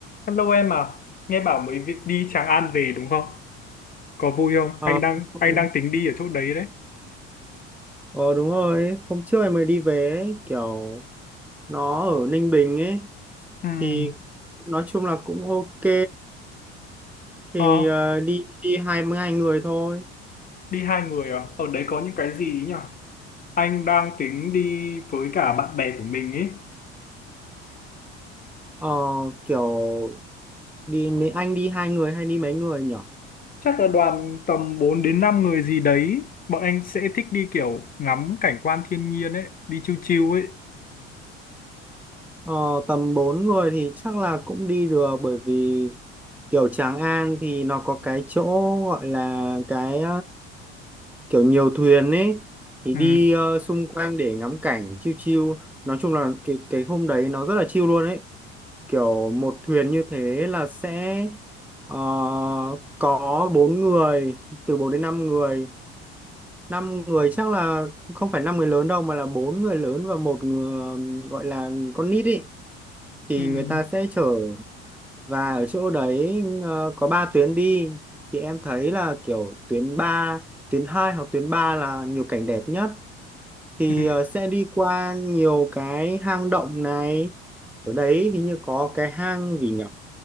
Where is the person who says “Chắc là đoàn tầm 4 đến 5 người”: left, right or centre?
Left